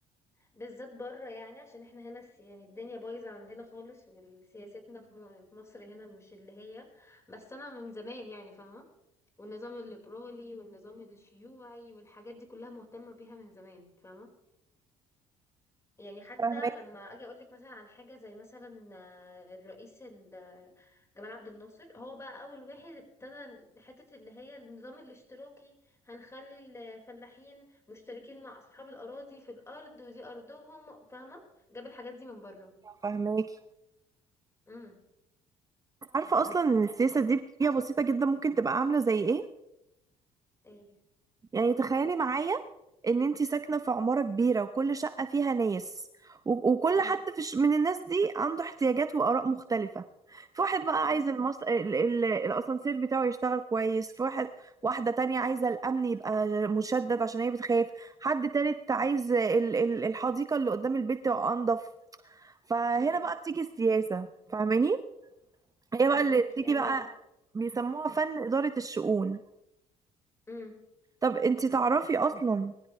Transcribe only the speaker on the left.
بالذات بره يعني عشان احنا هنا الس- يعني الدنيا بايظه عندنا خالص وسياستنا في م- في مصر هنا مش اللي هي بس انا من زمان يعني فاهمه والنظام الليبرالي والنظام الشيوعي والحاجات دي كلها مهتمه بيها من زمان فاهمه يعني حتى
لما اجي اقول لك مثلا عن حاجه زي مثلا آه، الرئيس ال- آه، جمال عبد الناصر هو بقى اول واحد ابتدى حته اللي هي النظام الاشتراكي هنخلي الفلاحين مشتركين مع اصحاب الاراضي في الارض ودي ارضهم فاهمه جاب الحاجات دي من بره
امم
ايه
امم
مم.
امم
فهماكي
انا
امم